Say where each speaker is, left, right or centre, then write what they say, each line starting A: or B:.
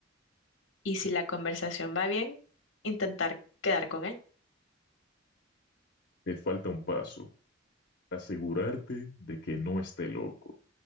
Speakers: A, on the left; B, on the left.
A: Y si la conversación va bien, intentar quedar con él.
B: Te falta un paso. Asegurarte de que no esté loco.